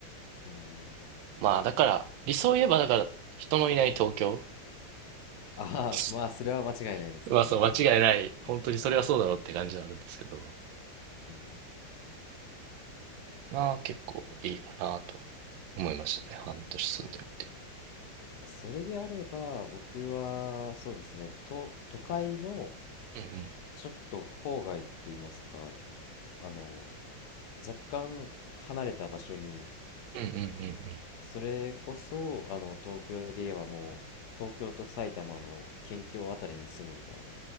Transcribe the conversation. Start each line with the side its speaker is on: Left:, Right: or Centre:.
Left: うんうんうん。
Right: まあだから、理想を言えばだから人のいない東京。
Left: ああ、
Right: <laughs>
Left: まあ、それは間違いないですね、
Right: まあそう、
Left: 本当に。
Right: 間違いない。
Left: うん、
Right: 本当にそれはそうだろうって感じはあるんですけど。
Left: うん。
Right: まあ結構いいかなとは思いましたね。半年住んでるってい
Left: ああ、それであれば、僕は、そうですね、と、都会の、
Right: う。うんう
Left: ちょっと郊外って言いますか、あの、若干離れた場所に、
Right: ん。うんうんうんうん。
Left: それこそ、あの、東京で言えばもう、東京と埼玉の県境あたりに住むみたいな、